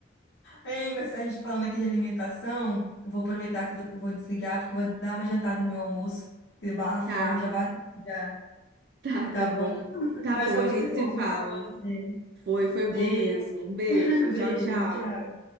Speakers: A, on the left; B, on the right.
A: Hein, mas a gente tá falando aqui de alimentação, eu vou aproveitar que eu vou, vou desligar, porque eu vou dar uma jantada no meu almoço. Porque a fome
B: Tá,
A: já bateu, já.
B: tá,
A: Tá
B: tá bom.
A: bom?
B: Tá
A: Mas
B: bom,
A: foi
B: a
A: muito
B: gente
A: bom
B: se
A: conversar
B: fala.
A: com você.
B: Foi, foi
A: Beijo,
B: bom mesmo. Um beijo,
A: <laughs> beijo,
B: tchau, tchau.
A: tchau.